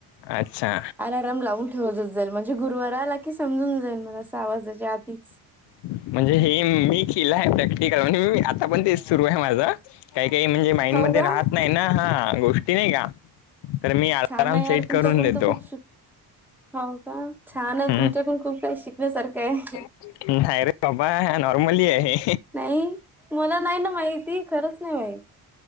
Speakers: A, on the left (about 85°); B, in the centre.
A: अच्छा.
B: आराम लावून ठेवतच जाईल म्हणजे गुरुवारला की समजून जाईल मला अस आवाजाच्या आधीच
A: म्हणजे हे मी केलं आहे प्रॅक्टिकल म्हणी आता पण ते सुरू आहे माझं काही काही म्हणजे माइंडमध्येध्ये
B: हो का
A: राहत नाही ना हा गोष्टी नाही का. तर मी अलारम
B: छान आहे यार
A: सेट
B: तुमच्याकडून
A: करून देतो.
B: तर खूप शिक हो का छान
A: हम्म.
B: आहे. तुमच्याकडून खूप काही शिकण्यासारखं आहे.
A: नाहीय रे कबा नॉर्मलि आहे.
B: नाही मला नाही ना माहिती खरंच नाही माहिती.